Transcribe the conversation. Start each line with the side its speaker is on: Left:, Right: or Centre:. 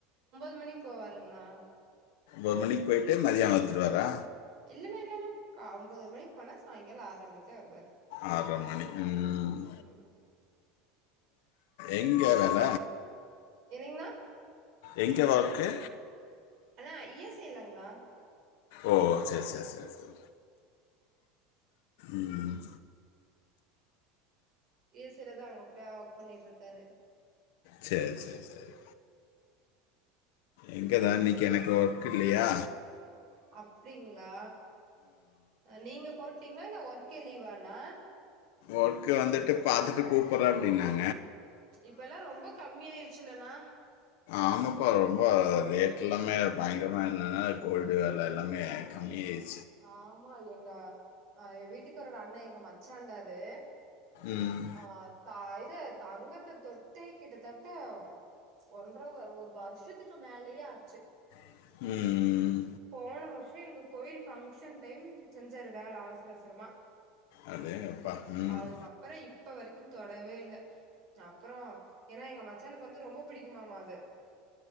Right: ஒரு மணிக் போவாருங்கண்ணா
Left: ஒரு மணிக்கு போய்ட்டு மதியான வந்துருவரா
Right: இல்லன்னா இல்லன்னா கா ஒம்போதர மணிக்கு போனா சாய்ங்கால ஆற்ரை மணிக் தா வருவாரு
Left: ஆற்ர மணி ம்
Right: ம்
Left: எங்க வேல
Right: என்னங்கண்ணா
Left: எங்க ஒர்க்கு
Right: அண்ணா இ எஸ் ஐ லாங்ண்ணா
Left: ஓ செரி செரி செரி ம்
Right: இ எஸ் ஐ லதா அங்க அப்டியா ஒர்க் பண்ணிட்டு இருக்காரு
Left: சேரி சேரி சேரி எங்கதா இன்னுக் <unintelligible> ஒர்க் இல்லியா
Right: அப்டிங்களா நீங்க போட் போட்டீங்ளா இல்ல ஒர்க்கே லீவாண்ணா
Left: ஒர்க் வந்துட்டு பாத்துட்டு கூப்புற்றே அப்டின்னே
Right: இப்பெல்லா ரொம்ப கம்மியாயிருச்சுல்லண்ணா
Left: ஆம்மாப்பா ரொம்ப ரேட் எல்லாமே பயங்கரமா என்னன்னா கோல்டு வெல எல்லாமே கம்மியாய்
Right: ஆம்மா எங்க அ எங்க வீட்டுக்காரோட அண்ணே எங்க மச்சாண்டா அது
Left: ம்.
Right: ஆ தாய் இது தங்கத்த தொட்டே கிட்டத்தட்ட ஒன்ற ஒரு வருஷத்துக்கு மேலயே ஆச்சு
Left: உம் ம்
Right: போன வருஷ் எங்க கோயில் பங்சன் டைம் செஞ்சாரு வேல அவசர அவசரமா
Left: அடேங்கப்பா உம்
Right: அதுக்கப்புறம் இப்ப வரைக்கு தொடவே இல்ல அப்றோ ஏன்னா எங்க மச்சானுக்கு வந்து ரொம்ப புடிக்குமாம அது